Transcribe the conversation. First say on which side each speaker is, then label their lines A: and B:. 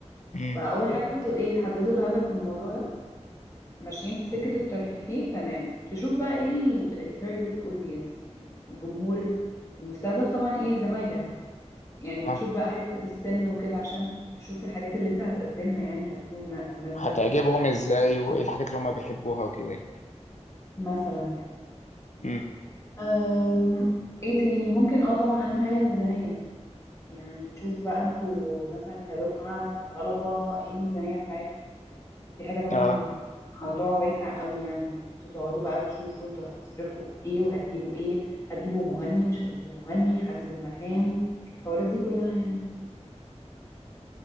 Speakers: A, on the left; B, on the left.
A: مم.
B: فاول حاجة انتوا ايه تحددوا الهدف من الموضوع ده ماشيين في سكة الترفيه فيه، تمام تشوف بقى ايه التارجتد اودينس يعني الجمهور المستهدف طبعا ايه زمايلك يعني
A: اه
B: بتشوف بقى حتة السن وكده عشان تشوف الحاجات اللي انت هتقدمها يعني هتكون م- مناسبة
A: هتعجبهم
B: ل-
A: ازاي وايه الحاجات اللي هم بيحبوها وكده يعني.
B: مثلا يعني
A: امم
B: أم، ايه تاني ممكن اه طبعا اهم حاجة الميزانية يعني تشوف بقى انتوا مثلا كدفعة كطلبة ايه الميزانية بتاعتكم دي حاجة طبعا
A: اه
B: موضوع واسع قوي يعني ان انتوا تقعدوا بقى تشوفوا انتوا هتصرفوا في ايه وهتجيبوا ايه هتجيبوا مغني مش هتجيبوا مغني حجز المكان الحوارات دي كلها يعني